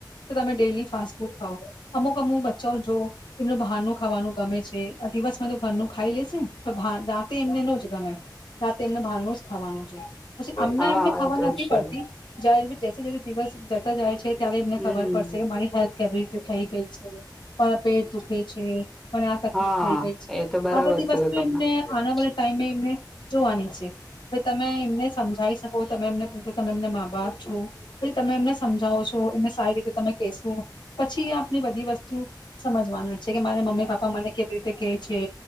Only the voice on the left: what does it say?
કે તમે ડેલી ફાસ્ટ ફૂડ ખાઓઅમુક અમુક બચ્ચા જો એમનું બહારનું ખાવાનું ગમે છે. દિવસ માં તો ઘરનું ખાઈ લેશે રાતે એમને નો જ ગમે રાતે એમને બારનુ જ ખાવાનું છે પછી અમને
એમને ખબર
નથી
પડતી જયારે જેસે જ દિવસ જતા જાય છે. ત્યારે એમને
ખબર પડશે કે મારી હેલ્થ કેવી રીતે થઈ ગઈ છે મારા પેટ દુખે છે મને આ તકલીફ
થઈ ગઈ છે
આ બધી
વસ્તુ
એમને
આનાવાળા
ટાઈમે એમને જોવાની છે તમે એમને સમજાઈસ શકો તમે એમને પોતે તમે એમને મા બાપ છો પછી તમે એમને સમજાવો છો એમને સારી રીતે તમે કેશો પછી આપની બધી વસ્તુ સમજવાના છે કે મારે મમ્મી પાપા મને કેવી રીતે કેય છે